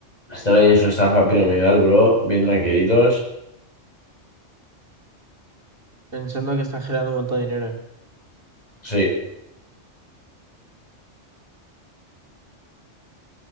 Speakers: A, on the left (about 35°); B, on the right (about 50°).
A: Están ahí en su estafa piramidal, bro. Bien tranquilitos.
B: Pensando que están generando un montón de dinero.
A: Sí.